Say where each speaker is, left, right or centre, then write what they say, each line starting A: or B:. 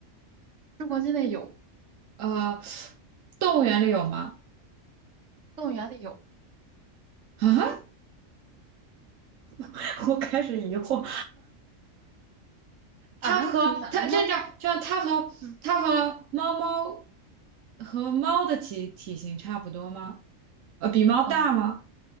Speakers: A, on the right (about 65°); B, on the right (about 80°).
A: 中国境内有，
B: 呃，动物园里有吗？
A: 动物园里有
B: 啊，<laughs> 我开始疑惑，它和它这叫这样它和它和猫猫
A: 啊，很难吗？嗯，
B: 和猫的体体型差不多吗？呃，比猫大吗？
A: 嗯，